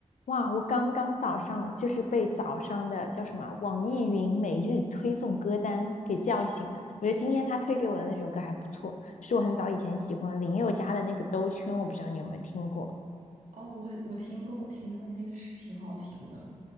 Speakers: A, on the left; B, on the right.
A: 哇，我刚刚早上就是被早上的叫什么啊网易云每日推送歌单给叫醒的。我觉得今天他推给我的那首歌还不错，是我很早以前喜欢林宥嘉的那个《兜圈》，我不知道你有没有听过，
B: 哦，我我听过，我听过那个是挺好听的，